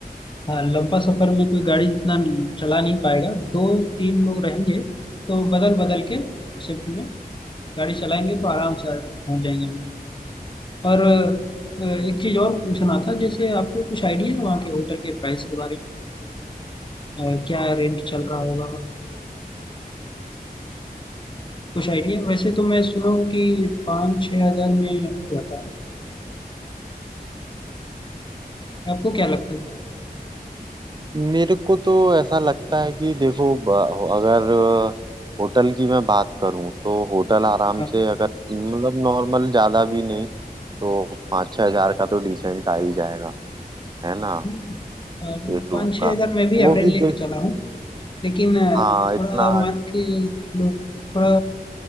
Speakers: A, on the left; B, on the right.
A: हाँ लंबा सफर में कोई गाड़ी इतना चला नहीं पाएगा दो तीन लोग रहेंगे तो बदल बदल के शिफ्ट में गाड़ी चलाएंगे तो आराम से पहुंच जाएंगे हम लोग। और अ, एक चीज और पूछना था जैसे आपको कुछ आइडिया है वहाँ के होटल के प्राइस के बारे में अ, क्या रेंट चल रहा होगा कुछ आइडिया वैसे तो मैं सुना हूँ कि पाँच छः हजार में हो जाता है आपको क्या लगता है
B: मेरे को तो ऐसा लगता है कि देखो ब- अगर अ, होटल की मैं बात करूं तो होटल आराम
A: हाँ
B: से अगर मतलब नॉर्मल ज्यादा भी नहीं तो पाँच छह हजार का तो डिसेंट आ ही जाएगा है ना
A: हम्म, अ,
B: एक
A: पाँच
B: रूम
A: छः
B: का
A: हजार में भी
B: वो
A: एवरेज
B: भी
A: लेके
B: देख
A: चला हूँ लेकिन अ,
B: हाँ
A: थोड़ा
B: इतना
A: मान के लो, थोड़ा